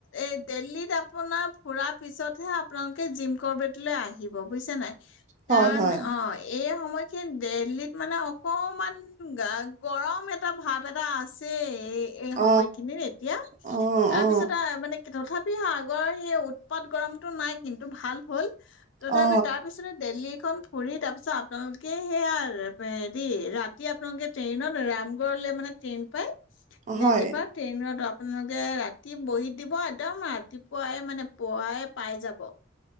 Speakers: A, on the left (about 65°); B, on the right (about 40°).
A: এই দেল্লীত আপোনাৰ ফুৰা পিছতহে আপোনালোকে জিম কবেটীলৈ আহিব বুজিছে নাই
B: হয়
A: কাৰণ
B: হয়
A: অ এই সময় দিল্হীত মানে অকমান গা গৰম এটা ভাৱ এটা আছে এই এই
B: অ
A: সময়খিনিৰ এতিয়া
B: অ
A: তাৰপিছত
B: অ
A: মানে তথাপি আাগৰ সেই উৎপাত গৰমতটো নাই কিন্তু ভাল হ'ল তথাপি
B: অ
A: তাৰ পিছতে দেল্লী খন ফৰি তাৰ পিছত আপোনালোকে সেয়া দেই ৰাতি আপোনালোকে ট্ৰেইনত ৰামগড়লে মানে ট্ৰেইন পায় দেল্হীৰ
B: হয়
A: পৰা ট্ৰেইনত তপোনালোকে ৰাতি বহি দিব একদম ৰাতিপুৱাই মানে পুৱাই পাই যাব